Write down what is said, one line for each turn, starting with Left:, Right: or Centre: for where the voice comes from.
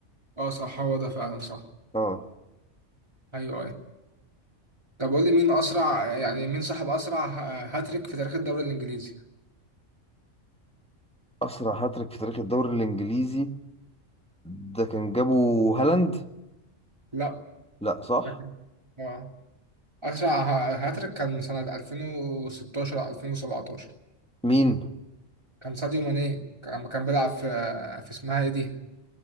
Right: اه صح هو ده فعلا صح
Centre: اه
Right: ايوه أيوه. طب قول لي مين اسرع يعني مين صاحب اسرع ه- هاتريك في تاريخ الدوري الانجليزي
Centre: أسرع هاتريك في تاريخ الدوري الإنجليزي ده كان جابه هالاند
Right: لا
Centre: لا صح
Right: ده كان- اه اسرع ه- هاتريك كان سنة 2016 او 2017
Centre: مين
Right: كان ساديو ماني كان لما كان بيلعب في في اسمها ايه دي